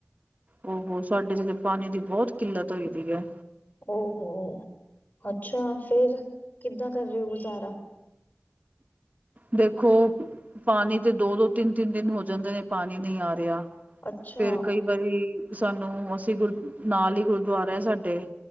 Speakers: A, on the right; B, on the left.
A: ਓ ਹੋ ਸਾਡੇ ਏਥੇ ਤੇ ਪਾਨੀ ਦੀ ਬੋਤ ਕਿੱਲਤ ਹੋਈ ਦੀ ਐ।
B: ਓ ਹੋੋ, ਅੱਛਾ ਫੇਰ ਕਿੱਦਾਂ ਕਰ ਹੋ ਗੁਜ਼ਾਰਾ?
A: ਦੇਖੋ ਪਾਨੀ ਤੇ ਦੋ-ਦੋ, ਤਿੰਨ-ਤਿੰਨ ਦਿਨ ਹੋ ਜਾਂਦੇ ਨੇ ਪਾਨੀ ਨੀ ਆ ਰੇਯਾ।
B: ਅੱਛਾ
A: ਫੇਰ ਕਈ ਵਾਰੀ ਸਾਨੂੰ ਅਸੀਂ ਗੁਰ ਨਾਲ ਹੀ ਗੁਰਦੁਆਰਾ ਏ ਸਾਡੇ।